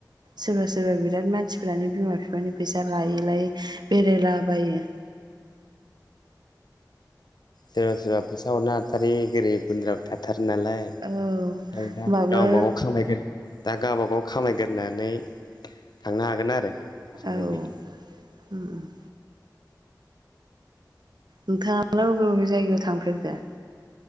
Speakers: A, on the right (about 70°); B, on the left (about 70°).
A: सोरबा सोरबा बिराद मानसिफोरानो बिमा बिफानि फैसा लायै लायै बेरायलाबायो <inaudible>
B: सोरबा सोरबा फैसा हरनो हाथारै गोरिब गुनद्राबो थाथारो नालाय ओमफ्राय
A: औ होमबाबो
B: दा गावबा गाव खामगोन दा गावबा गाव खामायगोन गोरनानै थांनो हागोन आरो समबायदि
A: औ ओम नोंथाङालाय बबे बबे जायगायाव थांफेरखो?